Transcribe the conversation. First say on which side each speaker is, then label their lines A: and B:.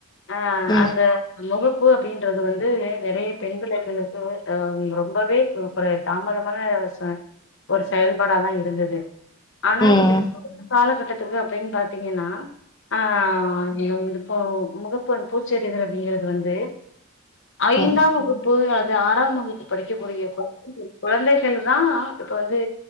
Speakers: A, on the left; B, on the left.
A: ஆஹ்
B: ம்
A: அந்த மொகப்பு அப்படீன்றது வந்து நெறைய பெண் பிள்ளைகளுக்கு ஹ ரொம்பவே குறய தாமதமாக ஒரு செ செயல்பாடாதா இருந்தது ஆனா
B: ம்
A: இப்ப <inaudible> காலகட் டத்துக்கு அப்டீன் பாத்தீங்கன்னா ஆஹ் நீ உ வீட்டுக்கு ஓ முகப்பெண் பூச்சசெறித ங்கிறது வந்து ஐந்தாம்
B: ம்
A: வகுப்பு அ ஆறாம் வகுப்பு படிக்கக்கூடிய <inaudible> குழந்தைகள்தா இப்ப வந்து